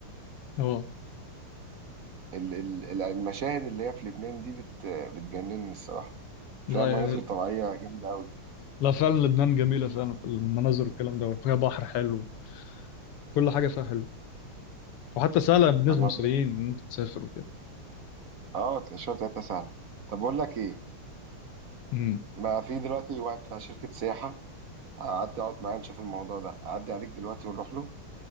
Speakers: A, on the left (about 90°); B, on the right (about 60°).
A: اه
B: ال- ال- المشاهد اللي هي في لبنان دي بت بتجنني الصراحة فيها
A: لا
B: مناظر
A: يا-
B: طبيعية جامدة قوي
A: لا فعلا لبنان جميله فعلا في المناظر والكلام ده وفيها بحر حلو كل حاجه فيها حلو وحتى سهله بالنسبه
B: طب ما
A: للمصريين
B: بقول
A: ان انت تسافر
B: اه الشوية بتاعتها سهلة طب بقول لك ايه
A: امم
B: ما في دلوقتي واحد بتاع شركة سياحة هعدي اقعد معاه نشوف الموضوع ده اعدي عليك دلوقتي ونروح له